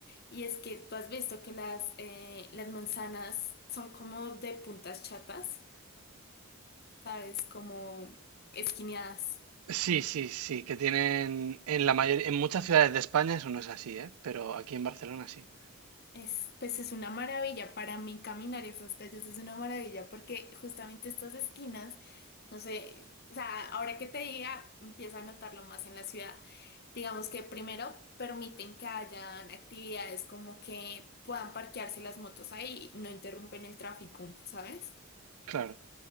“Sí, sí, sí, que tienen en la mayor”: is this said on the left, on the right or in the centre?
Right